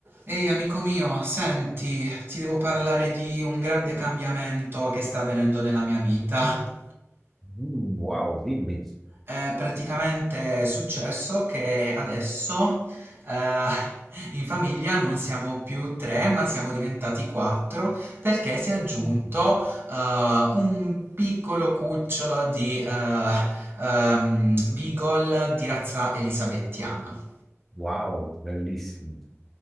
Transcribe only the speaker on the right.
Ehi amico mio, senti, ti devo parlare di un grande cambiamento che sta avvenendo nella mia vita.
È praticamente successo che adesso eh, in famiglia non siamo più tre, ma siamo diventati quattro perché si è aggiunto
eh, un piccolo cucciolo di eh, ehm, Beagle di razza elisabettiana.